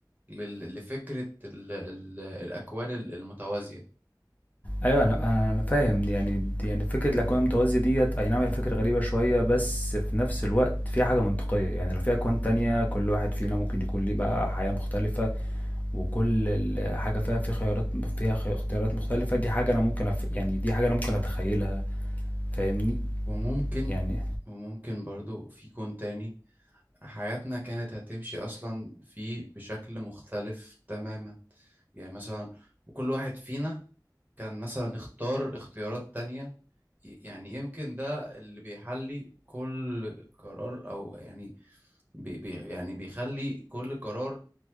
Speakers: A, on the right (about 25°); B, on the left (about 20°).
A: لل- لفكرة ال ال الأكوان ال- المتوازية
B: أيوه أنا أنا أنا فاهم دي يعني دي يعني فكرة الأكوان المتوازية ديّة أي نعم هي فكرة غريبة شوية بس في نفس الوقت فيها حاجة منطقية، يعني لو في أكوان تانية كل واحد فينا ممكن يكون ليه بقى حياة مختلفة وكل ال حاجة فيها في خيارات فيها خ اختيارات مختلفة دي حاجة أنا ممكن أف يعني دي حاجة أنا ممكن أتخيلها فاهمني؟
A: وممكن
B: يعني
A: وممكن برضو في كون تاني حياتنا كانت هتمشي أصلا فيه بشكل مختلف تماما يعني مثلا وكل واحد فينا كان مثلا اختار اختيارات تانية ي- يعني يمكن ده اللي بيحلي كل قرار أو يعني بي بي يعني بيخلي كل قرار